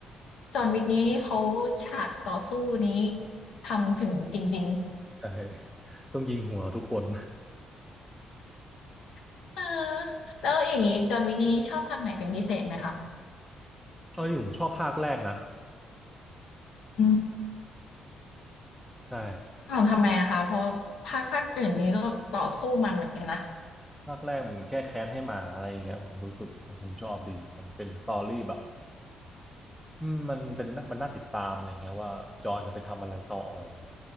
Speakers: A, on the left; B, in the centre.
A: จอห์นวิกนี้เขาฉากต่อสู้นี้ทำถึงจริง
B: ใช่ต้องยิงหัวทุกคน
A: ๆเออแล้วอย่างนี้จอห์นวิกนี้ชอบภาคไหนเป็นพิเศษไหมคะ
B: เอาจริงผมชอบภาคแรกนะ
A: อืม
B: ใช่
A: อ้าวทำไมอะคะเพราะภาคภาคอื่นนี้ก็ต่อสู้มันเหมือนกันนะ
B: ภาคแรกมันแก้แค้นให้หมาอะไรอย่างเงี้ยผมรู้สึกผมชอบดีมันเป็นสตอรี่แบบอืมมันเป็นน่ามันน่าติดตามอะไรเงี้ยว่าจอห์นจะไปทำอะไรต่ออะไรเงี้ย